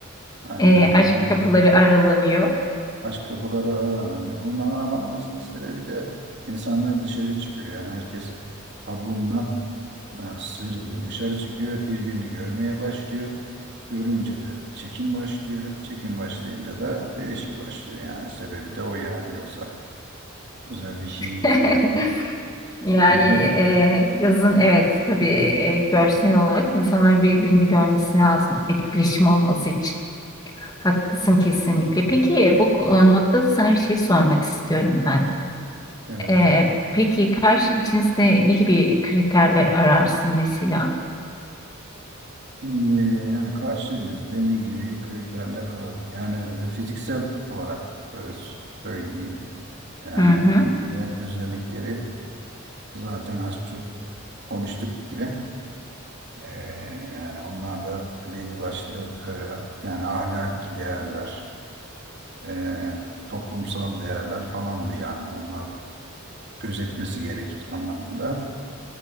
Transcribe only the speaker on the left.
E, aşk
kapıları aralanıyor.
<laughs>
Yani
e,
yazın evet tabii e, görsel olarak insanların birbirini görmesi lazım. Etkileşim olması için. Haklısın kesinlikle. Peki bu ko- e, noktada sana bir şey sormak istiyorum ben.
Ee, peki karşı cinste ne gibi kriterler ararsın mesela?
Hı hı,